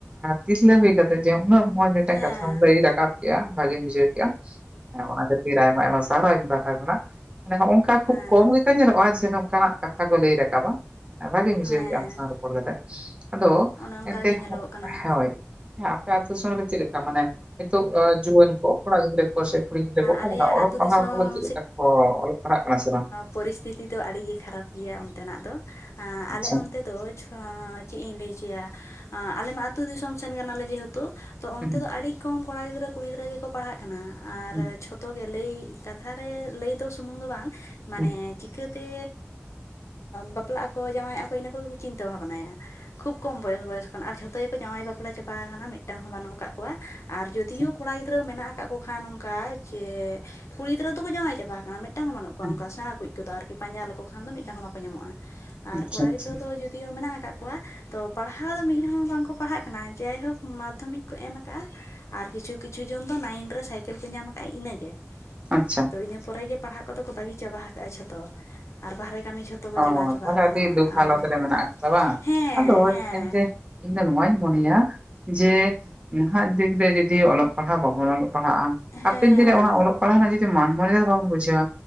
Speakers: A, on the right; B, on the left.
A: ᱛᱤᱨᱞᱟᱹ ᱦᱩᱭ ᱠᱟᱛᱮᱫ ᱡᱮ ᱩᱱᱟᱹᱜ ᱢᱚᱸᱡᱽ ᱢᱤᱫᱴᱮᱱ
B: ᱦᱮᱸ
A: ᱠᱟᱛᱷᱟᱢ ᱞᱟᱹᱭ ᱨᱟᱠᱟᱵ ᱠᱮᱜᱼᱟ ᱵᱷᱟᱜᱤᱧ ᱵᱩᱡᱷ ᱠᱮᱜ-ᱟ ᱦᱮᱸ ᱚᱱᱟ ᱠᱷᱟᱹᱛᱤᱨ ᱟᱭᱢᱟ ᱟᱭᱢᱟ ᱥᱟᱨᱦᱟᱣ ᱤᱧ ᱯᱟᱦᱴᱟ ᱠᱷᱚᱱᱟᱜ ᱢᱟᱱᱮ ᱱᱚᱜ ᱱᱚᱝᱠᱟ ᱠᱷᱩᱵ
B: ᱦᱮᱸ
A: ᱠᱚᱢ ᱜᱮᱠᱚ ᱧᱮᱞᱚᱜᱼᱟ ᱡᱮ ᱱᱚᱝᱠᱟᱱᱟᱜ ᱠᱟᱛᱷᱟ ᱠᱚ ᱞᱟᱹᱭ ᱨᱟᱠᱟᱵᱟ ᱵᱷᱟᱹᱜᱤᱧ
B: ᱦᱮᱸ
A: ᱵᱩᱡᱷᱟᱹᱣ ᱠᱮᱫ ᱟᱢ ᱥᱟᱶ ᱨᱚᱯᱚᱲ ᱠᱟᱛᱮ, ᱟᱫᱚ
B: ᱚᱱᱮ ᱚᱱᱠᱟ
A: ᱮᱱᱛᱮ
B: ᱜᱮ ᱧᱮᱞᱚᱜᱚᱜ ᱠᱟᱱᱟ
A: ᱦᱳᱭ ᱦᱮᱸ ᱟᱯᱮ ᱟᱹᱛᱩ ᱫᱤᱥᱚᱢ ᱨᱮ ᱪᱮᱫ ᱞᱮᱠᱟ ᱢᱟᱱᱮ ᱱᱤᱛᱚᱜ ᱡᱩᱣᱟᱹᱱ ᱠᱚᱲᱟ ᱜᱤᱫᱽᱨᱟᱹ ᱠᱚ ᱥᱮ ᱠᱩᱲᱤ ᱜᱤᱫᱽᱨᱟᱹ ᱠᱚ ᱚᱠᱟ
B: ᱟᱞᱮᱭᱟᱜ
A: ᱞᱮᱠᱟ ᱚᱞᱚᱜ
B: ᱟᱹᱛᱩ
A: ᱯᱟᱲᱦᱟᱣ
B: ᱫᱤᱥᱚᱢ
A: ᱠᱚᱫᱚ ᱪᱮᱫ ᱞᱮᱠᱟ ᱠᱚ ᱚᱞᱚᱜ ᱯᱟᱲᱦᱟᱜ ᱠᱟᱱᱟ ᱥᱮ ᱵᱟᱝ
B: ᱯᱚᱨᱤᱥᱛᱤᱛᱤ ᱫᱚ ᱟᱹᱰᱤ ᱜᱮ ᱠᱷᱟᱨᱟᱯ ᱜᱮᱭᱟ ᱚᱱᱛᱮᱱᱟᱜ ᱫᱚ
A: ᱟᱪᱪᱷᱟ
B: ᱟᱞᱮ ᱚᱱᱛᱮ ᱫᱚ ᱪᱮᱫ ᱤᱧ ᱞᱟᱹᱭ ᱦᱚᱪᱚᱭᱟ ᱟᱞᱮ ᱢᱟ ᱟᱹᱛᱩ ᱫᱤᱥᱚᱢ ᱥᱮᱱ ᱠᱟᱱᱟᱞᱮ ᱡᱮᱦᱮᱛᱩ ᱛᱚ ᱚᱱᱛᱮ
A: ᱦᱩᱸ
B: ᱫᱚ ᱟᱹᱰᱤ ᱠᱚᱢ ᱠᱚᱲᱟ ᱜᱤᱫᱽᱨᱟᱹ ᱠᱩᱲᱤ ᱜᱤᱫᱽᱨᱟᱹ ᱜᱮᱠᱚ ᱯᱟᱲᱦᱟᱜ ᱠᱟᱱᱟ ᱟᱨ
A: ᱦᱩᱸ
B: ᱡᱚ ᱡᱚᱛᱚ ᱜᱮ ᱞᱟᱹᱭ ᱠᱟᱛᱷᱟ ᱨᱮ ᱞᱟᱹᱭ ᱫᱚ ᱥᱩᱢᱩᱝ ᱫᱚ ᱵᱟᱝ ᱢᱟᱱᱮ
A: ᱦᱩᱸ
B: ᱪᱤᱠᱟᱹᱛᱮ ᱛᱮ ᱵᱟᱯᱞᱟᱜ ᱟᱠᱚ ᱡᱟᱶᱟᱭ ᱟᱠᱚ ᱤᱱᱟᱹ ᱠᱚᱜᱮ ᱠᱚ ᱪᱤᱱᱛᱟᱹ ᱵᱷᱟᱵᱽᱱᱟᱭᱟ ᱠᱷᱩᱵ ᱠᱚᱢ ᱵᱚᱭᱚᱥ ᱠᱷᱚᱱ ᱟᱨ ᱡᱷᱚᱛᱚ ᱜᱮᱠᱚ ᱡᱟᱶᱟᱭ ᱵᱟᱯᱞᱟ ᱪᱟᱵᱟ ᱟᱠᱟᱱᱟ ᱢᱤᱫᱴᱟᱝ ᱦᱚᱸ ᱵᱟᱹᱱᱩᱜ ᱠᱟᱜ ᱠᱚᱣᱟ ᱟᱨ ᱡᱚᱫᱤᱭᱳ
A: ᱦᱩᱸ
B: ᱢᱮᱱᱟᱜ ᱟᱠᱟᱫ ᱠᱚ ᱠᱷᱟᱱ ᱱᱚᱱᱠᱟ ᱡᱮ ᱠᱩᱲᱤ ᱜᱤᱫᱽᱨᱟᱹ ᱫᱚᱠᱚ ᱡᱟᱶᱟᱭ ᱪᱟᱵᱟ ᱟᱠᱟᱱᱟ ᱢᱤᱫᱴᱟᱝ ᱵᱟᱹᱱᱩᱜ ᱠᱚᱣᱟ
A: ᱦᱩᱸ
B: ᱚᱱᱠᱟ ᱥᱮᱬᱟ ᱠᱩ ᱠᱚᱫᱚ ᱟᱨᱠᱤ ᱯᱟᱸᱡᱟ ᱞᱮᱠᱚ ᱠᱷᱟᱱ ᱫᱚ ᱢᱤᱫᱴᱟᱝ ᱦᱚᱸ ᱵᱟᱠᱚ ᱧᱟᱢᱚᱜᱼᱟ ᱟᱨ
A: ᱟᱪᱪᱷᱟ
B: ᱠᱚᱲᱟ
A: ᱟᱪᱪᱷᱟ
B: ᱜᱤᱫᱽᱨᱟᱹ ᱫᱚ ᱡᱩᱫᱤᱭᱳ ᱢᱮᱱᱟᱜ ᱟᱠᱟᱫ ᱠᱚᱣᱟ ᱠᱚᱣᱟ ᱛᱚ ᱯᱟᱲᱦᱟᱣ ᱫᱚ ᱢᱤᱫᱦᱚᱲ ᱵᱟᱝᱠᱚ ᱯᱟᱲᱦᱟᱜ ᱠᱟᱱᱟ ᱡᱟᱭᱦᱳᱠ ᱢᱟᱫᱽᱫᱷᱚᱢᱤᱠ ᱠᱚ ᱮᱢ ᱟᱠᱟᱜᱼᱟ ᱟᱨ ᱠᱤᱪᱷᱩ ᱠᱤᱪᱷᱩ ᱡᱚᱱ ᱫᱚ ᱱᱟᱭᱤᱱ ᱨᱮ ᱥᱟᱭᱠᱮᱞ ᱠᱚ ᱧᱟᱢ ᱠᱟᱜᱼᱟ ᱤᱱᱟᱹᱜᱮ
A: ᱟᱪᱪᱷᱟ
B: ᱛᱚ ᱤᱱᱟᱹ ᱯᱚᱨᱮ ᱯᱟᱲᱦᱟᱜ ᱟᱠᱚ ᱠᱚ ᱫᱚ ᱠᱚ ᱵᱟᱹᱜᱤ ᱪᱟᱵᱟ ᱟᱠᱟᱜᱼᱟ ᱡᱷᱚᱛᱚ ᱟᱨ ᱵᱟᱦᱮᱨᱮ ᱠᱟᱹᱢᱤ ᱡᱷᱚᱛᱚ ᱠᱚ
A: ᱚ
B: ᱪᱟᱞᱟᱣ ᱪᱟᱵᱟ
A: ᱛᱟᱦᱚᱞᱮ
B: ᱟᱠᱟᱱᱟ
A: ᱟᱹᱰᱤ ᱫᱩᱠ ᱦᱟᱞᱚᱛ
B: ᱟᱨ
A: ᱨᱮ ᱢᱮᱱᱟᱜ ᱵᱟᱝ
B: ᱦᱮᱸ
A: ᱟᱫᱚ
B: ᱦᱮᱸ
A: ᱮᱱᱛᱮ ᱤᱧ ᱫᱚ ᱱᱩᱣᱟᱧ ᱢᱚᱱᱮᱭᱟ ᱡᱮ ᱱᱟᱦᱟᱸᱜ ᱫᱩᱜᱽ ᱨᱮ ᱡᱩᱫᱤ ᱚᱞᱚᱜ ᱯᱟᱲᱦᱟᱜ ᱵᱟᱵᱚᱱ ᱚᱞᱚᱜᱼᱼ ᱯᱟᱲᱦᱟᱜᱼᱟ
B: ᱦᱮᱸ
A: ᱦᱟᱯᱮᱱ ᱫᱤᱱ ᱨᱮ ᱚᱱᱟ ᱚᱞᱚᱜ ᱯᱟᱲᱦᱟᱜ ᱨᱮᱱᱟᱜ ᱡᱩᱫᱤ ᱢᱟᱱ ᱢᱟᱲᱟᱭᱟ ᱵᱟᱵᱚᱱ ᱵᱩᱡᱷᱟᱹᱣᱟ